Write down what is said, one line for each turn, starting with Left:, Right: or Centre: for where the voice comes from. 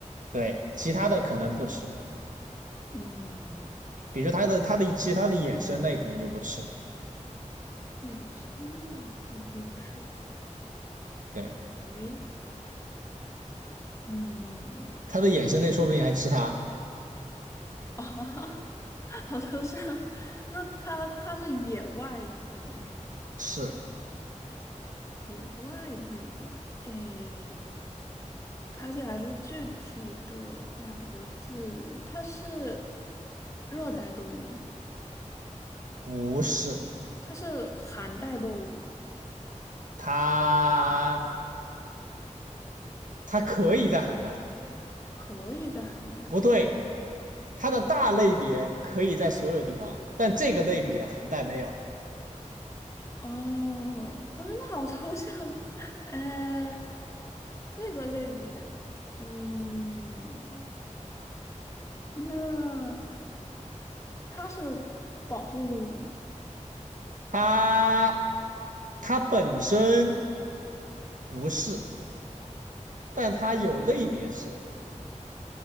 Right: 对，其他的可能不吃，
Left: 嗯，
Right: 比如说它的它的其他的衍生类可能就不吃，
Left: 野生类就不吃，
Right: 对，
Left: 诶，嗯，
Right: 它的衍生类说不定还吃它，
Left: <laughs> 啊哈好抽象，那它它是野外的吗？
Right: 是
Left: 野外的，诶。它这还是具体的两个字，它是热带动物吗？
Right: 不是？
Left: 它是寒带动物吗？
Right: 它它可以在寒带，
Left: 可以在寒带。
Right: 不对，它的大类别可以在所有地方，但这个类别寒带没有。
Left: 哦，啊，那好抽象。<laughs> 呃，那个类别，嗯，那它是保护动物吗？
Right: 它它本身不是，但它有类别是，